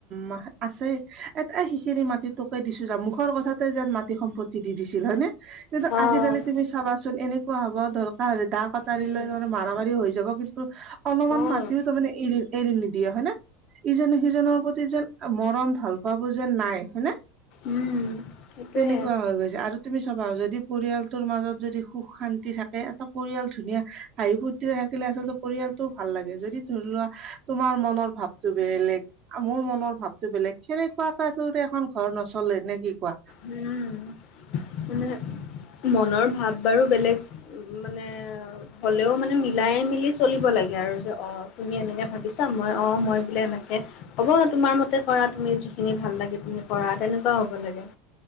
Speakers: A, on the right; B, on the left.
A: মাহ আছে এত এ সিখিনি মাটি তুকেই দিছো যা, মুখৰ কথাতে যেন মাটি সম্পত্তি দি দিছিল- হয় নে? কিন্তু
B: অ'।
A: আজি-কালি তুমি চাবাচোন- এনেকুৱা হব দৰকাৰ হ'লে দা ক টাৰি
B: উম।
A: লৈ মানে মাৰা-মাৰি হৈ যাব কিন তু, অলমান
B: অ',
A: মাতিও তাৰমানে এৰি এৰি নিদিয়ে হয় নে? ইজনে সিজনৰ প্ৰতি যেন মৰম ভাল পাৱবোৰ যেন নাই হয়নে?
B: উম, সেইটোৱে।
A: তেনেকুৱা হৈ গৈছে আৰু তুমি চাবা- যদি পৰিয়ালটোৰ মাজত যদি সুখ-শান্তি থাকে, এটা পৰিয়াল ধুনীয়া হাঁহি-ফূৰ্তিৰে থাকিলে আচলতে পৰিয়ালটোও ভাল লাগে, যদি ধৰি লোৱা- তোমাৰ মনৰ ভাৱটো বে-লেগ মোৰ মনৰ ভাৱটো বেলেগ, সেনেকুৱাকে আচলতে এখন ঘৰ নচলে, নে কি কোৱা?
B: উম্, মনৰ ভাব বাৰু বেলেগ মানে এ <unintelligible> হ'লেও মানে মিলাই-মিলি চলিব লাগে আৰু যে- অ তুমি এনেকে ভাবিছা মই অ মই বোলে এনেকে হ'ব তোমাৰ মতে কৰা তুমি যিখিনি ভাল লাগে তুমি কৰা, তেনেকুৱাও হ'ব লাগে।